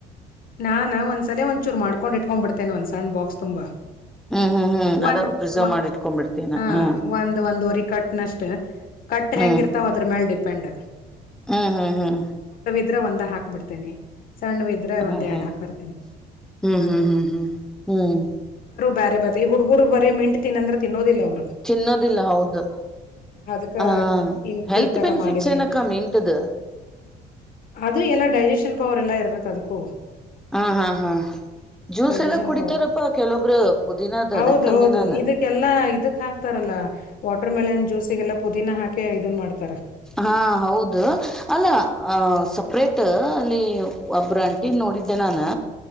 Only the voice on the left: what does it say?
ನಾನ ಒಂದ್ಸಲೆ ಒಂದಚೂರು ಮಾಡ್ಕೊಂಡ್ ಇಟ್ಕೊಂಡ್ಬಿಡ್ತೇನೆ ಒಂದ್ಸಣ್ಣ ಬಾಕ್ಸ್ ತುಂಬಾ
ಒಂದ್
ವ
ಹ
ಒಂದ್ ಒಂದ್ವರಿ ಕಟ್ನಷ್ಟ. ಕಟ್
ಹೆಂಗಿರ್ತಾವ ಅದ್ರ ಮ್ಯಾಲ ಡಿಪೆಂಡ್.
ದ್ದಾರೆ ಒಂದ ಹಾಕ್ಬಿ <unintelligible> ಸಣ್ಣ ವಿದ್ರೆ ಒಂದ್.
ಎರಡ್ ಹಾಕರ್ತೇನಿ
ಹಂಗ
ಬೇರೆ ಬತ್ತ ಈ ಹುಡುಗುರು ಬರೆ ಮಿಂಟ್ ತಿನ್ನ ಅಂದ್ರ ತಿನ್ನೋದಿಲ್ಲ ಅವರು.
ಅದಕ್ಕ
ಹಿಂಗ್
ಈ ತರ
ಮಾಡಿದ್ರ
ಅದು ಎಲ್ಲ ಡೈಜಷನ್ ಪವರ್ ಎಲ್ಲಾ ಇರ್ತಾದ್ದೆ ಅದುಕ್ಕೂ.
ಡೈಜೆಷನ್
ಪವರ್
ಹೌದೌದು
ಇದಕ್ಕೆಲ್ಲಾ ಇದಕ್ ಹಾಕ್ತಾರಲ್ಲ ವಾಟರ್ ಮೇಲೆನ್ ಜ್ಯೂಸಿಗೆಲ್ಲ ಪುದೀನ ಹಾಕೇ ಇದನ್ ಮಾಡ್ತಾರ.